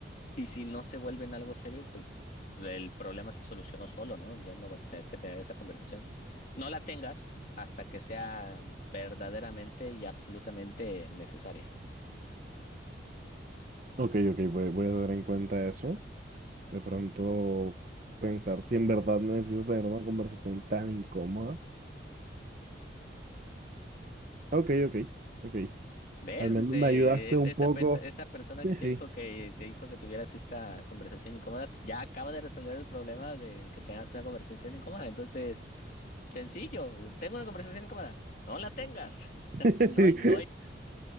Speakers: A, on the left; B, on the right.
A: Y si no se vuelve en algo serio, pues el problema se solucionó solo, ¿no? Ya no vas a tener que tener esa conversación. No la tengas hasta que sea verdaderamente y absolutamente necesaria.
B: Ok, ok, voy, voy a tener en cuenta eso. De pronto pensar si en verdad necesito tener una conversación tan incómoda. Ok, ok, ok.
A: ¿Ves?
B: Al menos
A: De,
B: me ayudaste
A: es-
B: un
A: esta,
B: poco.
A: pe- esta persona
B: Sí,
A: que
B: sí.
A: te dijo que te hizo que tuvieras esta conversación incómoda, ya acaba de resolver el problema de que tengas una conversación incómoda. Entonces, sencillo, tengo una conversación incómoda. No la tengas. <laughs>
B: <laughs>
A: No hay, no hay.